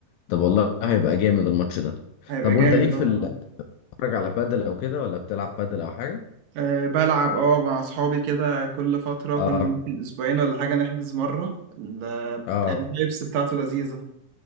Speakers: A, on the left; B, on the right.
A: طب والله هيبقى جامد الماتش ده
B: هيبقى
A: طب وانت
B: جامد
A: ليك
B: اه
A: في ال- بتتفرج على بادل او كده ولا بتلعب بادل او حاجه
B: آه، آه، بلعب اه مع اصحابي كده كل فترة
A: اه
B: كل يمكن اسبوعين ولا حاجة نحجز مرة ال-
A: اه
B: الفايبس بتاعته لذيذة